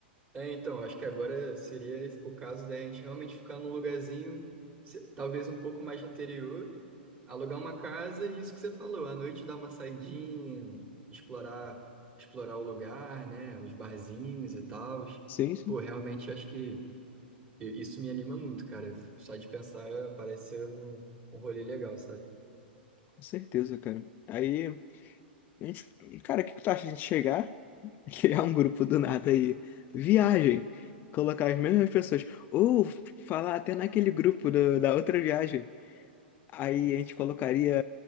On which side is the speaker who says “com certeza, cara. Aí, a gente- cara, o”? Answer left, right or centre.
Left